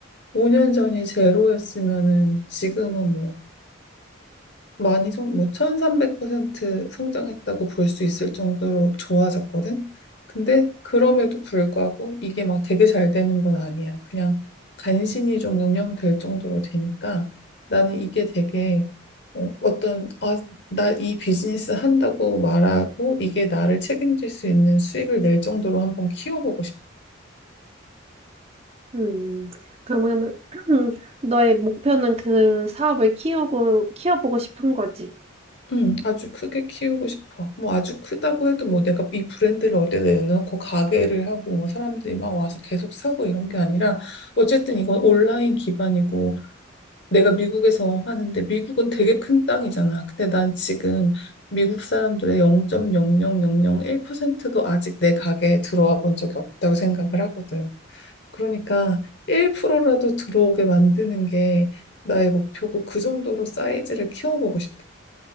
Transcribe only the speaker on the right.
음, 그러면, <clears throat> 너의 목표는 그 사업을 키우고, 키워보고 싶은 거지.